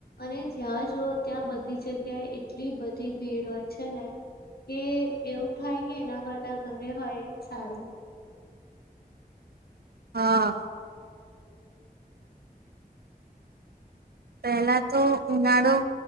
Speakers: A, on the left (about 75°); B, on the right (about 80°).
A: અને જ્યાં જુઓ ત્યાં બ બધી જગ્યાએ એટલી બધી ભીડ હોય છે ને કે એવું થાય કે એના કરતા ઘરે હોય એ સારું
B: હા પહેલાતો ઉનાળો